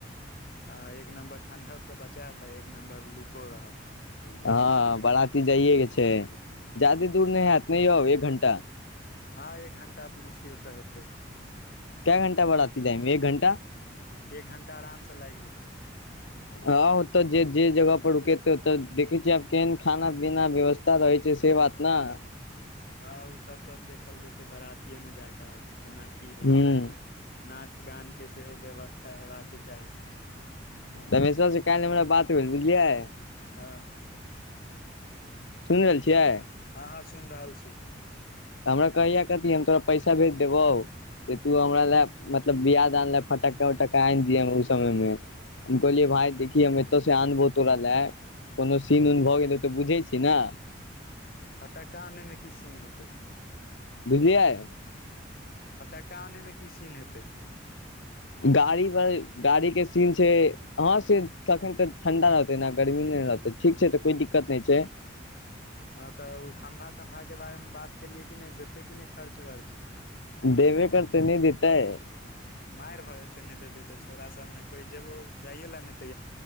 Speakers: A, on the left (about 50°); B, on the left (about 80°).
A: ह एक नम्बर ठण्डासँ बचेत एक नम्बर लुको रहत
B: हँ बराति जाइए केँ छैक
A: हँ
B: जादे दूर नहि हैयत ने यौ घण्टा
A: हँ एक घण्टा मुश्किलसँ हेतय
B: के घंटा बढ़ती जाइमे एक घंटा
A: एक घण्टा आरामसँ लागि जेतै
B: हँ ओतऽ जे जे जगह पर रुकते ओतऽ देखे छियै आब केहन खाना पीना व्यवस्था रहय छै से बात न
A: हँ ओसभ तऽ देखल जेतय बरातीएमे जा कऽ आब केना की होइत
B: हूँ
A: छैक नाच गान केँ सेहो व्यवस्था हेबाक केँ चाही
B: तमेश क नहि मरा बात हो बुझलियै <unintelligible>
A: हँ
B: सुनि रहल छियै
A: हँ हँ सुनि रहल छी
B: तऽ हमरा कहहिय कथी हम तोरा पैसा भेज देबौ से तू हमरा लए मतलब बआ दनल फटक्का उटक्का आनि दिय ओ समय मे हम कहोलियए भाय देखिहि हममे एतो सँ अनबौ तोरा लय कोनो सीन उन भऽ गेलै तऽ बुझै छी ने
A: फट्का आनयमे कि सीन हेतय
B: बुझलिए
A: फटक्का आनमे की सीन हेतय
B: गाड़ी पर गाड़ी केँ सीन छैक अह से तखन तऽ ठंडा रहते ने गर्मी मे रहतै ठीक छै तऽ कोइ दिक्कत नहि छैक
A: ह तऽ ओ खम्भा तम्भा केँ बारे मे बात केलियै कि नहि देते कि नहि खर्च वर्च
B: देबे करते नहि देतय
A: मारि भऽ जेतय नहि देतय तऽ छोड़ा सबमे कोइ जेबो जाइयो लए ने